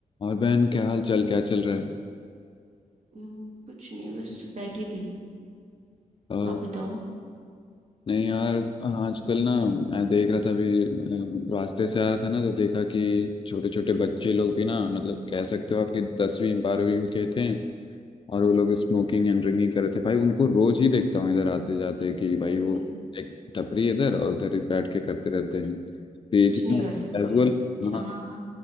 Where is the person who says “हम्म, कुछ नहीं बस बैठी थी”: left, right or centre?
Right